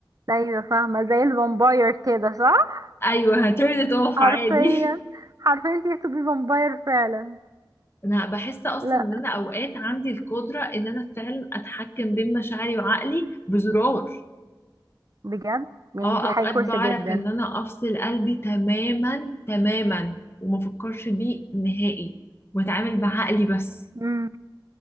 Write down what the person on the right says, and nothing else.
ايوه فاهمه زي الفامباير كده صح
حرفيا
حرفيا انت هتبقي فامباير فعلا
لا
بجد يعني
دي
حاجه كويسه
جدا
امم